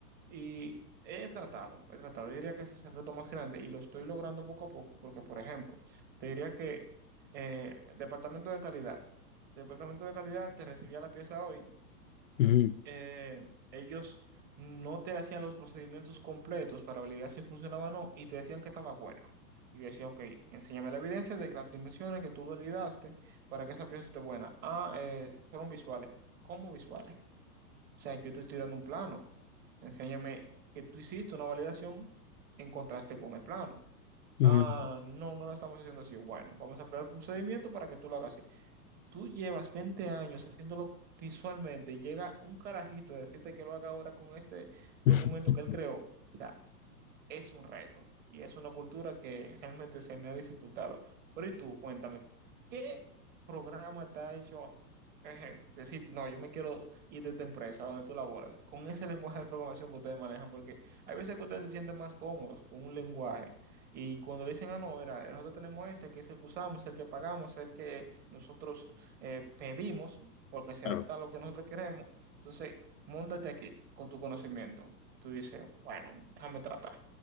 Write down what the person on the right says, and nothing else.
y he tratado, he tratado. Yo diría que ese es el reto más grande y lo estoy logrando poco a poco porque, por ejemplo, te diría que eh, departamento de calidad. Departamento de calidad te recibía la pieza hoy
eh, ellos no te hacían los procedimientos completos para validar si funcionaba o no y te decían que estaba buena. Y yo decía, ok, enséñame la evidencia de que las dimensiones que tú validaste para que esa pieza esté buena. Ah, eh, fueron visuales. ¿Cómo visuales? O sea, yo te estoy dando un plano. Enséñame que tú hiciste una validación en contraste con el plano.
Ah,
no, no la estamos haciendo así. Bueno, vamos a crear el procedimiento para que tú lo hagas Tú llevas 20 años haciéndolo visualmente y llega un carajito a decirte que lo haga ahora con este
documento que él creó. O sea, es un reto y es una cultura que <laughs> realmente se me ha dificultado. Pero y tú, cuéntame, ¿qué programa te ha hecho eh, decir, no, yo me quiero ir de esta empresa donde tú laboras, con ese lenguaje de programación que ustedes manejan? Porque hay veces que ustedes se sienten más cómodos con un lenguaje y cuando le dicen, ah, no, mira, nosotros tenemos este, que es el que usamos, el que pagamos, el que nosotros eh, pedimos, porque se
adapta a lo que nosotros queremos, entonces, móntate aquí con tu conocimiento. Tú dices, bueno, déjame tratar.